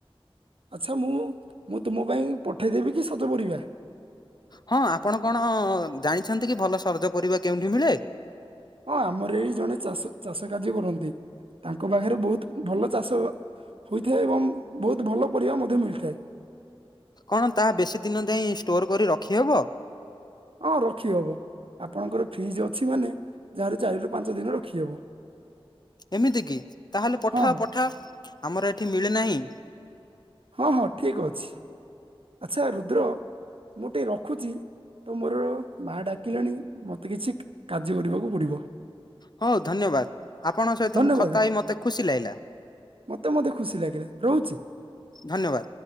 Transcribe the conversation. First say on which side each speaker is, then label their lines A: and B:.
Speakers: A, on the right; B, on the left.
A: ଆଚ୍ଛା ମୁଁ ମୁଁ ତୁମ ପାଇଁ ପଠେଇ ଦେବି କି ସଜ ପରିବା?
B: ହଁ ଆପଣ କଣ ଜାଣିଛନ୍ତି କି ଭଲ ସରଜ ପରିବା କେଉଁଠି ମିଳେ?
A: ହଁ ଆମର ଏଇ ଜଣେ ଚାଷ-ଚାଷ କାର୍ଯ୍ୟ କରନ୍ତି। ତାଙ୍କ ପାଖରେ ବହୁତ ଭଲ ଚାଷ ହୋଇଥାଏ ଏବଂ ବହୁତ ଭଲ ପରିବା ମଧ୍ୟ ମିଳିଥାଏ।
B: କଣ ତାହା ବେଶୀ ଦିନ ଯାଏ ଷ୍ଟୋର କରି ରଖିହେବ?
A: ହଁ ରଖି ହବ। ଆପଣଙ୍କର ଫ୍ରିଜ ଅଛି ମାନେ ଯାହାର ଚାରି ରୁ ପାଞ୍ଚ ଦିନ ରଖିହବ।
B: ଏମିତି କି ତାହେଲେ ପଠାଅ
A: ହଁ ହଁ
B: ପଠାଅ ଆମର ଏଠି ମିଳେନାହିଁ।
A: ହଁ ହଁ ଠିକ ଅଛି ଆଚ୍ଛା ରୁଦ୍ର ମୁଁ ଟିକେ ରଖୁଛି। ତ ମୋର ମା ଡାକିଲେଣି ମତେ କିଛି କାର୍ଯ୍ୟ କରିବାକୁ ପଡିବ।
B: ହଉ ଧନ୍ୟବାଦ ଆପଣଙ୍କ ସହିତ
A: ଧନ୍ୟବାଦ
B: ଖତା ହେଇ ମତେ ଖୁସି ଲାଗିଲା।
A: ମତେ <unintelligible> ରହୁଛି।
B: ଧନ୍ୟବାଦ।